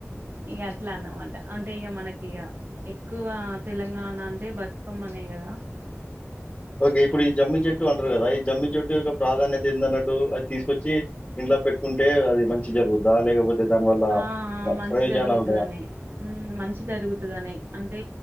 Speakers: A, on the right (about 45°); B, on the left (about 20°).
A: ఇగ అట్ల అన్నమాట అంటే ఇగ మనకి ఇగ ఎక్కువ తెలంగాణ అంటే బతుకమ్మనే కదా
B: ఒకే ఇప్పుడు ఈ జమ్మి చెట్ ట్టు అంటారు కదా ఈ జమ్మి చుట్టు యొక్క ప్రాధాన్యత ఏందన్నట్టు అది తీసుకొచ్చి ఇంట్లో పెట్టుకుంటే అది మంచి జరుగుద్దా లేకపోతే దాని వల్ల
A: ఆ మంచి
B: ప్రయోజనాల్
A: జరుగుతదని మ్మ్ మంచి జరుగుతదని అంటే